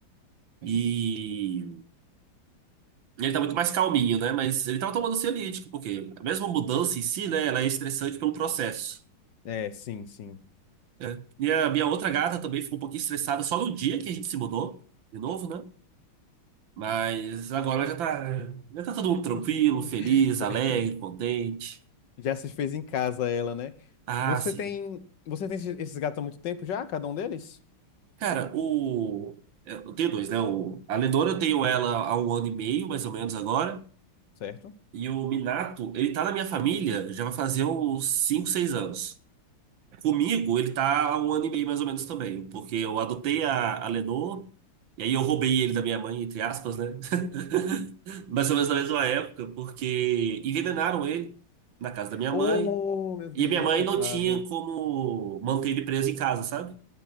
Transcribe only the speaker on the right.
E ele tá muito mais calminho, né? Mas ele tava tomando ansiolítico, porque a mesma mudança em si, né? Ela é estressante pelo processo.
né? E a minha outra gata também ficou um pouquinho estressada só no dia que a gente se mudou, de novo, né? Mas agora já tá, já tá todo mundo tranquilo,
feliz, alegre, contente.
Ah,
sim.
Cara, o. Eu tenho dois, né? O... A Lenora eu tenho ela há um ano e meio, mais ou menos agora.
E o Minato, ele tá na minha família, já vai fazer uns 5 6 anos. Comigo, ele tá há um ano e meio, mais ou menos também. Porque eu adotei a, a Lenor, e aí eu roubei ele da minha mãe, entre aspas, né? <laughs> Mais ou menos na mesma época, porque envenenaram ele na casa da minha
mãe.
E a minha mãe
não tinha como manter ele preso em casa, sabe?